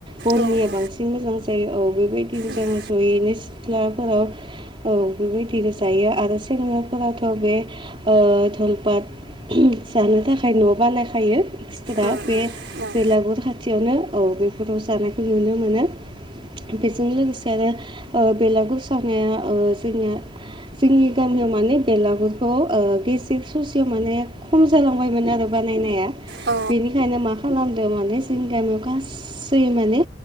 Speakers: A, on the right; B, on the right.
A: बननिया
B: औ औ
A: बांसिन मोजां जायो औ बेबायदिनो
B: उम
A: जोङो जयैनो सिथ्लाफोराव औ बेबायदिनो जायो आरो सेंग्राफोराथ' बे ओ धलपात जानो थाखाय न' बानायखायो एक्सट्रा
B: उम
A: बे
B: उम
A: बेलागुर खाथि खाथियावनो औ बेफोराव जानायखौ नुनो मोनो। बेजों लोगोसे आरो बेलानगुर सावनाया जोंनिया जोंनि गामियाव माने बेलांगुरखौ ओ बेसेक ससेयाव माने खम जालांबायमोन आरो बानायनाया
B: औ
A: बेनिखायनो मा खालामदों माने जोंनि गामियाव गासै माने